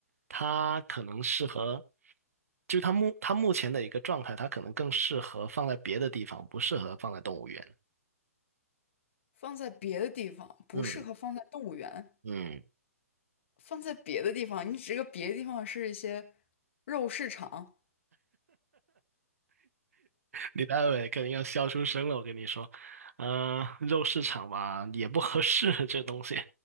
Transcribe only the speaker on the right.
它可能适合，就它目它目前的一个状态，它可能更适合放在别的地方，不适合放在动物园。
嗯嗯，
李大伟肯定要笑出声了，我跟你说，嗯、肉市场吧也不合适这东西，